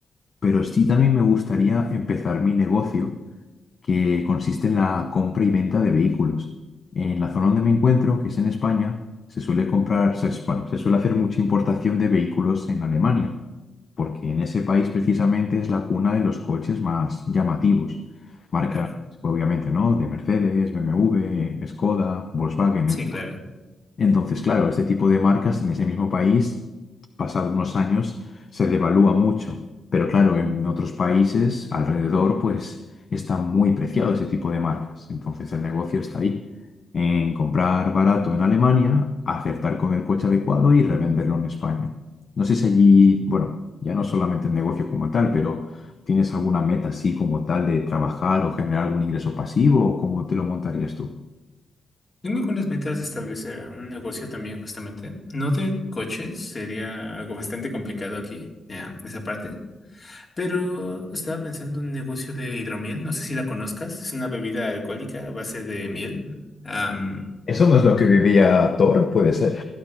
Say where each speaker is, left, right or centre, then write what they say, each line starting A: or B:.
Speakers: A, on the left (about 55°); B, on the left (about 40°).
A: Pero sí también me gustaría empezar mi negocio que consiste en la compra y venta de vehículos. En la zona donde me encuentro, que es en España, se suele comprar, se, bueno, se suele hacer mucha importación de vehículos en Alemania, porque en ese país precisamente es la cuna de los coches más llamativos. Marcas,
B: Claro,
A: obviamente, ¿no? De Mercedes, BMW, Skoda, Volkswagen,
B: sí, claro.
A: entonces, claro, este tipo de marcas en ese mismo país, pasado unos años, se devalúa mucho. Pero claro, en otros países alrededor, pues está muy preciado ese tipo de marcas. Entonces, el negocio está ahí, en comprar barato en Alemania, acertar con el coche adecuado y revenderlo en España. No sé si allí, bueno, ya no solamente el negocio como tal, pero ¿tienes alguna meta así como tal de trabajar o generar algún ingreso pasivo o cómo te lo montarías tú?
B: Tengo algunas metas de establecer un negocio también, justamente. No de coches, sería algo bastante complicado aquí, eh, esa parte. Pero estaba pensando en un negocio de hidromiel, no sé si la conozcas, es una bebida alcohólica a base de miel. Am,
A: ¿Eso no es lo que vivía Thor, puede ser?